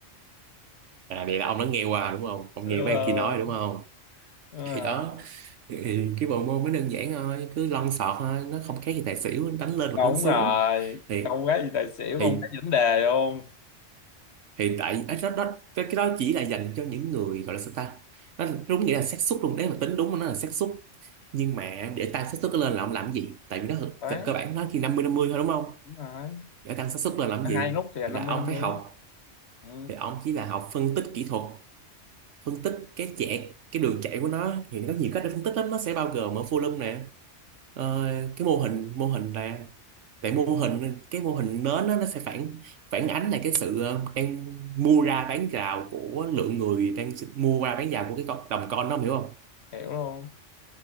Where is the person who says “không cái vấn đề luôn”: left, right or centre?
Left